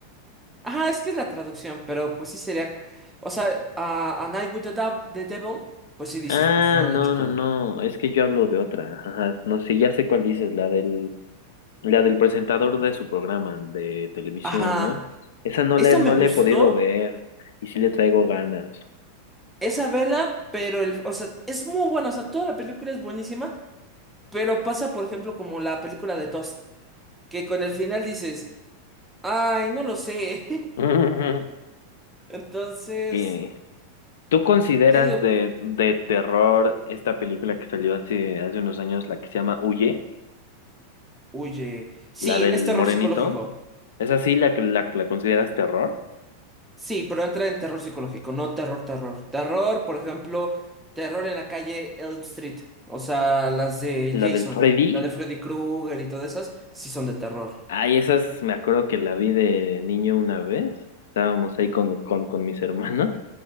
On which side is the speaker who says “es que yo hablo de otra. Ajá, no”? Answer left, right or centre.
Left